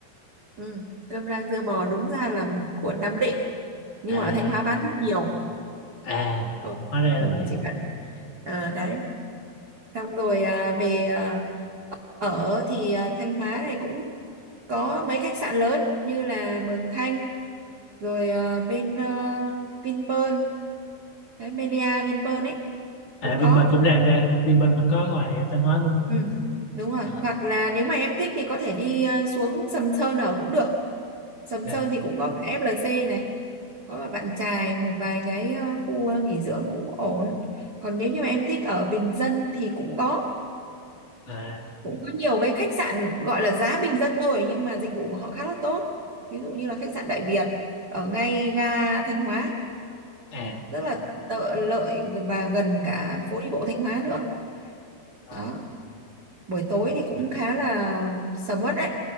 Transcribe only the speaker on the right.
ừ. cơm rang dưa bò đúng ra là của Nam Định nhưng
mà ở Thanh Hóa bán rất nhiều
ừ.
Ừ,
chỉ cần ờ, đấy xong rồi à, về à, ở thì à, Thanh Hóa này cũng có mấy khách sạn lớn như là Mường Thanh rồi à, bên à, Vinpearl đấy, Melia Vinpearl ấy cũng
có
ừ. đúng rồi
hoặc là nếu mà em thích thì có thể đi à, xuống Sầm Sơn ở cũng được Sầm
Sơn thì cũng có cả FLC này có bạn trai một vài cái ờ, khu ờ, nghỉ dưỡng cũng ổn còn nếu như mà em thích ở bình dân thì cũng có
cũng có nhiều cái khách sạn gọi là giá bình dân thôi nhưng mà dịch vụ của họ khá là tốt ví dụ như là khách sạn Đại Việt ở ngay ga Thanh Hóa
rất là tợ lợi và gần cả phố đi bộ Thanh Hóa nữa
đó buổi tối thì cũng khá là sầm uất đấy